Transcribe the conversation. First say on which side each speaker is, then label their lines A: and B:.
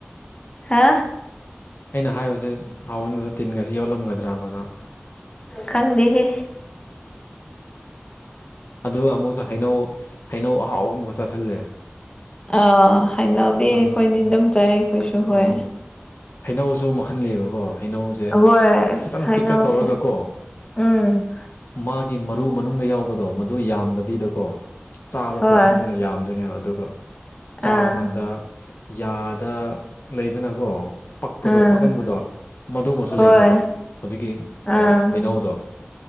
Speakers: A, on the left; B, on the left.
A: ꯍꯥ
B: ꯑꯩꯅ ꯍꯥꯏꯕꯁꯦ ꯍꯥꯎꯟꯕꯗ ꯇꯤꯟꯒꯁꯤ ꯌꯣꯠꯂꯝꯒꯗ꯭ꯔꯕꯅ
A: ꯈꯪꯒꯦꯍꯦ
B: ꯑꯗꯨꯒ ꯑꯃꯨꯛꯁꯨ ꯍꯩꯅꯧ ꯍꯩꯅꯧ ꯑꯍꯥꯎꯕ ꯑꯃꯨꯛꯒ ꯆꯥꯁꯤꯜꯂꯦ
A: ꯑꯥ ꯍꯥꯏꯅꯧꯗꯤ
B: ꯑꯃꯨꯟꯕꯗꯣ
A: ꯑꯩꯈꯣꯏꯗꯤ ꯑꯗꯨꯝ ꯆꯔꯦ ꯑꯩꯈꯣꯏꯁꯨ ꯍꯣꯏ
B: ꯑꯣ ꯍꯩꯅꯧꯁꯨ ꯃꯈꯟ ꯂꯩꯌꯦꯕꯀꯣ ꯍꯩꯅꯧꯁꯦ
A: ꯍꯣꯏ ꯑꯁ
B: ꯈꯤꯇꯪ
A: ꯍꯩꯅꯧꯁꯦ
B: ꯄꯤꯛꯇꯛ ꯇꯧꯔꯒꯀꯣ
A: ꯎꯝ
B: ꯃꯥꯒꯤ ꯃꯔꯨ ꯃꯅꯨꯡꯗ ꯌꯥꯎꯕꯗꯣ ꯃꯗꯨ ꯌꯥꯝꯗꯕꯤꯗꯀꯣ ꯆꯥꯕ
A: ꯍꯣꯏ
B: ꯄꯣꯔꯁꯟꯗꯨꯅ ꯌꯥꯝꯗꯣꯏꯅꯦꯕ ꯑꯗꯨꯒ ꯆꯥꯕ
A: ꯑꯥ
B: ꯀꯥꯟꯗ ꯌꯥꯗ ꯂꯩꯗꯅꯀꯣ ꯄꯛꯄꯗꯣ
A: ꯎꯝ
B: ꯄꯛꯍꯟꯕꯗꯣ ꯃꯗꯨꯃꯁꯨ
A: ꯍꯣꯏ
B: ꯂꯩꯇꯕ ꯍꯧꯖꯤꯛꯀꯤ ꯀꯩꯅꯧꯗꯣ
A: ꯑꯥ